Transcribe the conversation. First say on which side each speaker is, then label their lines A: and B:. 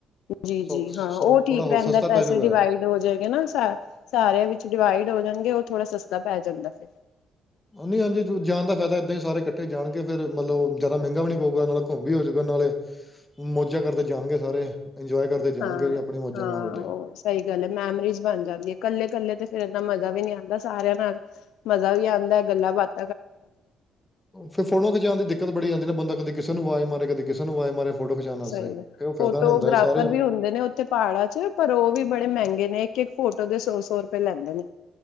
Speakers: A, on the left (about 85°); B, on the left (about 15°).
A: ਜੀ
B: ਸੌ
A: ਜੀ
B: ਸੌ
A: ਹਾਂ ਉਹ
B: ਥੋੜਾ
A: ਠੀਕ
B: ਹੋਰ
A: ਰਹਿੰਦਾ
B: ਸਸਤਾ
A: ਪੈਸੇ
B: ਪੈ ਜਾਊਗਾ
A: ਡਿਵਾਈਡ ਹੋ ਜਾਏਗੇ ਨਾ ਸਾਰੇ ਵਿੱਚ ਡਿਵਾਈਡ ਹੋ ਜਾਣਗੇ ਉਹ ਥੋੜ੍ਹਾ ਸਸਤਾ ਪੈ ਜਾਂਦਾ ਫਿਰ
B: ਨਹੀਂ ਹਾਂਜੀ ਜਾਣ ਦਾ ਫਾਇਦਾ ਇਏਦਾਂ ਹੀ ਸਾਰੇ ਇਕੱਠੇ ਜਾਣਗੇ ਫੇਿਰ ਮਤਲਬ ਜਿਆਦਾ ਮਹਿੰਗਾ ਵੀ ਨਹੀਂ ਪਊਗਾ ਨਾਲ ਘੁੰਮ ਵੀ ਹੋਜੂਗਾ ਨਾਲੇ ਮੌਜਾਂ ਕਰਦੇ ਜਾਣਗੇ ਸਾਰੇ ਇੰਜੋਏ ਕਰਦੇ ਜਾਣਗੇ
A: ਹਾਂ
B: ਜੀ, ਆਪਣੀ ਮੌਜਾਂ
A: ਹਾਂ
B: ਮਾਰਦੇ
A: ਉਹ ਸਹੀ ਗੱਲ ਹੈ ਮੈਮਰੀਜ਼ ਬਣ ਜਾਂਦੀ ਹੈ ਇਕੱਲੇ ਇਕੱਲੇ ਤੇ ਫਿਰ ਇ ਮਜ਼ ਮਾ ਵੀ ਨੀ ਆਉਂਦਾ ਸਾਰਿਆਂ ਨਾਲ ਮਜ਼ਾ ਵੀ ਆਉਂਦਾ ਗੱਲਾਂ ਬਾਤ
B: ਫਿਰ ਫੋਟੋਆਂ ਖਿਚਾਉਣ ਦੀ ਦਿੱਕਤ ਬੜੀ ਆਉਂਦੀ ਨਾ ਬੰਦਾ ਕਦੀ ਕਿਸੇ ਨੂੰ ਆਵਾਜ਼ ਮਾਰੇ ਕਦੀ ਕਿਸੇ ਨੂੰ ਆਵਾਜ਼ ਮਾਰੇ ਫੋਟੋ ਖਿਚਾਉਣ ਵਾਸਤੇ
A: ਸਹੀ ਹੈ
B: ਫਿਰ ਉਹ ਫਾਇਦਾ
A: ਫੋਟੋਗ੍ਰਾਫਰ
B: ਨਹੀਂ ਹੁੰਦਾ ਇਹ ਸਾਰੇ
A: ਵੀ ਹੁੰਦੇ ਨੇ ਉੱਥੇ ਪਹਾੜਾਂ ਚ ਪਰ ਉਹ ਵੀ ਬੜੇ ਮਹਿੰਗੇ ਨੇ ਇੱਕ ਇੱਕ ਫੋਟੋ ਉਹਦੇ ਸੌ ਸੌ ਰੁਪਏ ਲੈਂਦੇ ਨੇ